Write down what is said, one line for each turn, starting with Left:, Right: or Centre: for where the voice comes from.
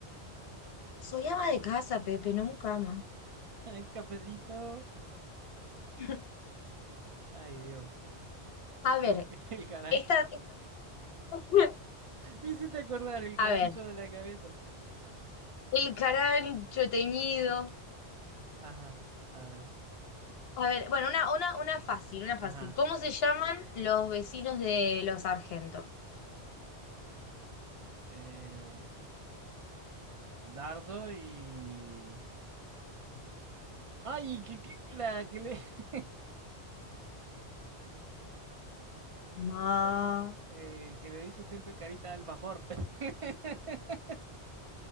Left: Soy ama de casa, Pepe, no mucama.
Right: Ay, cafecito.
Left: <laughs>
Right: Ay, Dios.
Left: A ver,
Right: El, el carancho.
Left: esta, esta- <laughs>
Right: <laughs> Me hiciste acordar el
Left: a
Right: carancho
Left: ver,
Right: de la cabeza.
Left: el carancho teñido.
Right: Ajá, a ver.
Left: A ver, bueno, una, una, una fácil, una
Right: Ajá.
Left: fácil. ¿Cómo se llaman los vecinos de los Sargentos?
Right: Eh, dardo y... Ay, que, que- la que le... <laughs>
Left: Ma,
Right: No, eh, que le dice siempre carita de alfajor. <laughs>